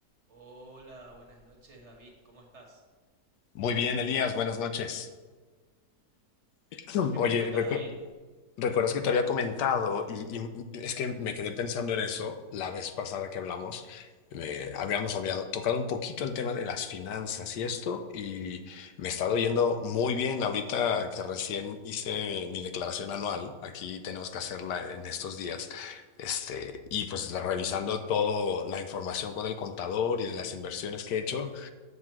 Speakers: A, on the right (about 45°); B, on the left (about 80°).
A: Hola, buenas noches, David. ¿Cómo estás?
B: Muy bien, Elías, buenas noches. <clears throat>
A: ¿Qué
B: Oye,
A: me cuentas,
B: recu-
A: David?
B: ¿recuerdas que te había comentado? Y, y es que me quedé pensando en eso la vez pasada que hablamos. Eh, habíamos hablado- tocado un poquito el tema de las finanzas y esto, y me está yendo muy bien ahorita que recién hice mi declaración anual. Aquí tenemos que hacerla en estos días. Este, y pues la- revisando toda la información con el contador y las inversiones que he hecho,